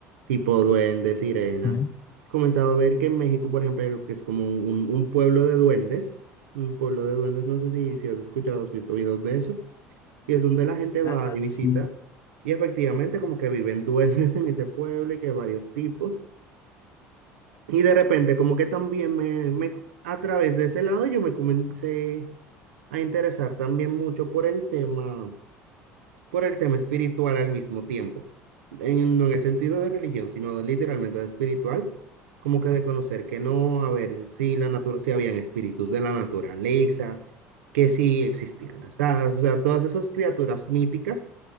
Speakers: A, on the right; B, on the left.
A: Tipo duendes, sirenas.
B: Ok.
A: Comenzaba a ver que en México, por ejemplo, hay lo que es como un, un pueblo de duendes, un pueblo de duendes, no sé si, si has escuchado, has visto videos de eso, y es donde la gente va
B: Ah,
A: y
B: sí.
A: visita, y efectivamente como que viven duendes <laughs> en ese pueblo y que hay varios tipos, y de repente como que también me, me a través de ese lado yo me comencé a interesar también mucho por el tema, por el tema espiritual al mismo tiempo. En, no en el sentido de religión, sino literalmente de espiritual, como que de conocer que no, a ver si la natura, si habían espíritus de la naturaleza, que si existían las hadas, o sea, todas esas criaturas míticas